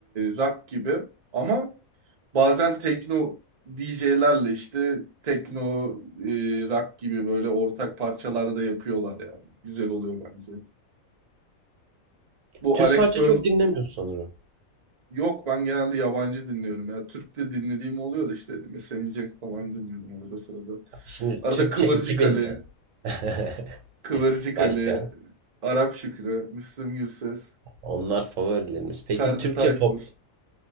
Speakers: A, on the right; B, on the right.
A: rock gibi ama bazen tekno DJ'lerle işte tekno e, rock gibi böyle ortak parçalarda yapıyorlar yani. Güzel oluyor bence. Bu
B: Türk
A: Alex
B: parça
A: Turner
B: çok dinlemiyoruz sanırım.
A: yok ben genelde yabancı dinliyorum ya. Türk de dinlediğim oluyor da işte mesela Cenk falan dinliyorum arada sırada.
B: Şimdi
A: Arada
B: Türkçe
A: Kıvırcık
B: 2000'den.
A: Ali,
B: <laughs>
A: Kıvırcık
B: Başka.
A: Ali, Arap Şükrü, Müslüm Gürses.
B: Onlar favorilerimiz. Peki
A: Ferdi
B: Türkçe
A: Tayfur.
B: pop?